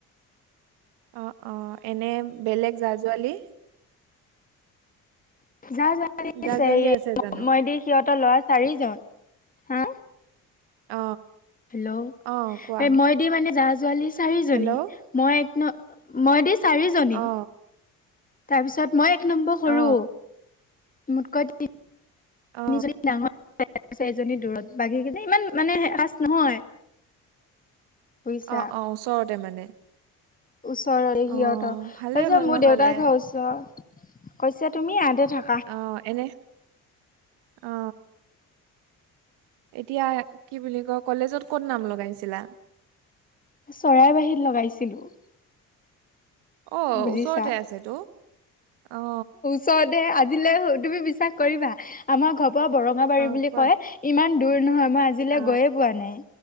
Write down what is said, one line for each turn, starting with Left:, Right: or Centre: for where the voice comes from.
Right: অ অ এনে বেলেগ জা জোৱালি
Left: যা যোৱা দি
Right: জা
Left: হেৰি
Right: জোৱালি আছে জানো
Left: মই দি সিহঁতৰ লৰা চাৰিজন হা
Right: অ
Left: হেল্ল'
Right: অ কোৱা
Left: এই মই দি মানে জা জোৱালি চাৰিজনী
Right: হেল্ল'
Left: মই এক ন মই দি চাৰি জনী
Right: অ
Left: তাৰপিছত মই এক নম্বৰ সৰু
Right: অ
Left: মোতকৈতিতি
Right: অ
Left: ডাঙৰ এজনী দূৰত বাগি কিজন ইমান মানে ৰাচ নহয় বুজিছা
Right: অ অ ওচৰতে মানে
Left: ওচৰৰে সিহঁতৰ
Right: অ
Left: তাৰপিছত
Right: ভালেই হ'ল
Left: মোৰ
Right: নহ'লে
Left: দেউতাৰ ঘৰ ওচৰত কৈছে তুমি ইহতে থাকা
Right: অ এনে অ এতিয়া কি বুলি কয় কলেজত কত নাম লগাইছিলা
Left: চৰাইৰ বাহীত লগাইছিলো
Right: অ
Left: বুজিছা
Right: ওচৰতে আছে তো অ
Left: চ দে আজিলৈ তুমি বিশ্বাস কৰিবা আমাৰ ঘৰ পৰা বৰঙাবাৰী
Right: অ
Left: বুলি
Right: কোৱা
Left: কয় ইমান দূৰ নহয় মই আজিলৈ
Right: অ
Left: গৈয়ে পোৱা নাই